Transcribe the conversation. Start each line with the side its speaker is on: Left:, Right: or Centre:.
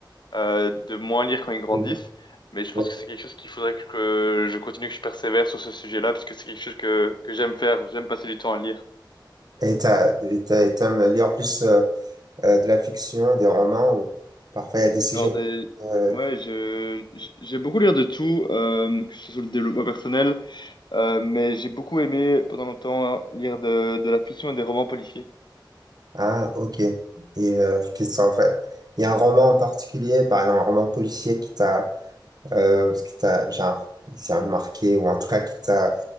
Left: euh, de moins lire quand ils grandissent.
Right: ouais,
Left: Mais je
Right: ouais.
Left: pense que c'est quelque chose qu'il faudrait que je continue, que je persévère sur ce sujet-là parce que c'est quelque chose que, que j'aime faire. J'aime passer du temps à lire.
Right: Et t'as, et t'as- et t'aimes lire plus euh, euh, de la fiction, des romans, ou parfois il y a des sujets.
Left: Alors, des-
Right: euh,
Left: ouais, je, j- j'ai beaucoup lire de tout, euh, que ce soit le développement personnel, euh, mais j'ai beaucoup aimé pendant longtemps lire de, de la fiction et des romans policiers.
Right: Ah ok. Et euh, qu'est-ce que ça en fait? Il y a un roman en particulier, par exemple un roman policier qui t'a Euh, ce qui t'a, genre, disons, marqué, ou en tout cas, qui t'a